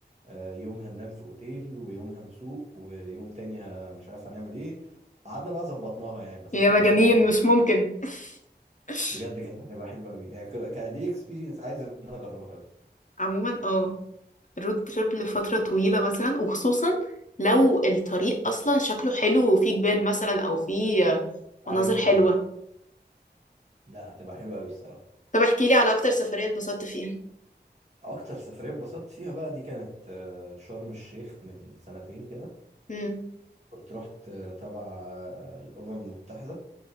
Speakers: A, on the right (about 40°); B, on the left (about 45°).
A: آه، يوم هننام في اوتيل ويوم هنسوق ويوم تاني ه- مش عارف هنعمل ايه قعدنا بقى ظبطناها يعني بس
B: يا
A: في
B: مجانين
A: الاخر هو ما طلعش
B: مش ممكن <laughs>
A: بجد كانت هتبقى حلوه قوي يعني ك- كدي اكسبيرينس عايز ان انا اجربها قوي
B: عموما اه رود تريب لفترة طويلة مثلا وخصوصا لو الطريق اصلا شكله حلو وفيه جبال مثلا او فيه آه، مناظر
A: ايوه
B: حلوة
A: بالظبط لا هتبقى حلوه قوي الصراحه
B: طب احكي لي على اكتر سفرية اتبسطت فيها
A: اكتر سفريه اتبسطت فيها بقى دي كانت آه، شرم الشيخ من سنتين كده
B: امم
A: كنت رحت آه، تبع آه، الامم المتحده